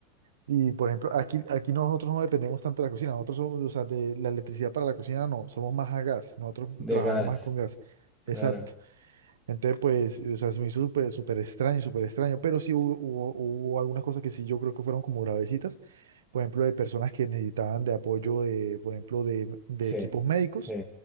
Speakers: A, on the right; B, in the centre.
A: Y por ejemplo, aquí, aquí nosotros no dependemos tanto de la cocina, nosotros somos, o sea, de la electricidad para la cocina no, somos más a gas, nosotros
B: de
A: trabajamos
B: gas,
A: más con gas.
B: claro.
A: Exacto. Entonces, pues, o sea, se me hizo súper súper extraño, súper extraño, pero sí hubo, hubo, hubo algunas cosas que sí yo creo que fueron como gravecitas, por ejemplo, de personas que necesitaban de apoyo de, por ejemplo, de de
B: Sí,
A: equipos médicos
B: sí,